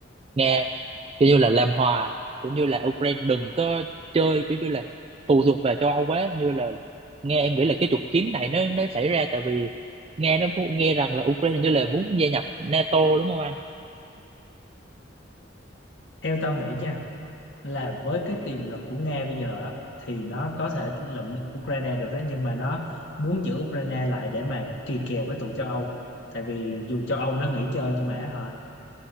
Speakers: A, on the right; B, on the left.
A: Nga kiểu như là làm hòa cũng như là Ukraine đừng có chơi kiểu như là phụ thuộc về châu Âu quá như là nghe em nghĩ là cái trục chiến này nó nó xảy ra tại vì nghe nó phu- nghe rằng là Ukraine như là muốn gia nhập NATO đúng không anh?
B: theo tao nghĩ nha là với cái tiềm lực của Nga bây giờ á, thì nó có thể lụm Ukraine được đó nhưng mà nó muốn giữ Ukraine lại để mà kỳ kèo với tụi châu Âu tại vì dù châu Âu nó nghỉ chơi nhưng mà hả